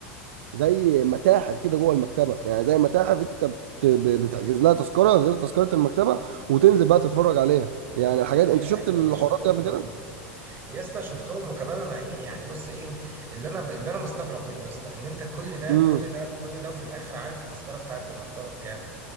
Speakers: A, on the right; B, on the right.
A: زي متاحف كده جوه المكتبه يعني زي متاحف انت بت- بتحجز لها تذكره غير تذكره المكتبه وتنزل بقى تتفرج عليها يعني الحاجات
B: اوكي
A: انت شفت
B: ايوه
A: الحوارات
B: ما شفتهم
A: دي قبل
B: برضه
A: كده
B: يعني يا اسطى شفتهم وكمان انا ايه يعني بص ايه اللي انا اللي انا مستغرب منه يا اسطى ان انت كل ده
A: امم
B: كل ده كل ده وفي الاخر عارف التذكره بتاعت المكتبه بكام